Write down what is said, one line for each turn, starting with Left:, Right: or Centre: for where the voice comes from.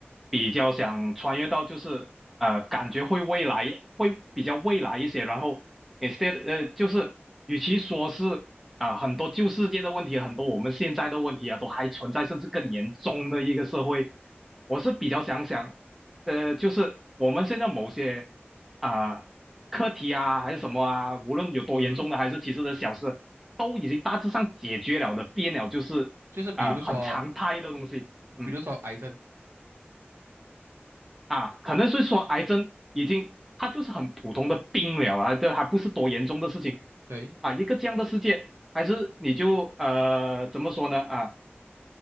Centre: 比较想穿越到就是呃，感觉会未来会比较未来一些，然后 instead 呃就是与其说是啊、很多旧世界的问题，很多我们现在的问题啊都还存在，甚至更严重的一个社会，我是比较想想。呃，就是我们现在某些啊、课题啊，还是什么啊，无论有多严重的，
Right: 嗯哼，
Centre: 还是其实的小事，都已经大致上解决了的，变了就是啊、
Right: 就是比如说，
Centre: 很常态的东西，嗯
Right: 比如说癌症，
Centre: 啊，可能是说癌症已经它就是很普通的病了啊，这还不是多严重的事情
Right: 对，
Centre: 啊，一个这样的世界，还是你就呃怎么说呢啊？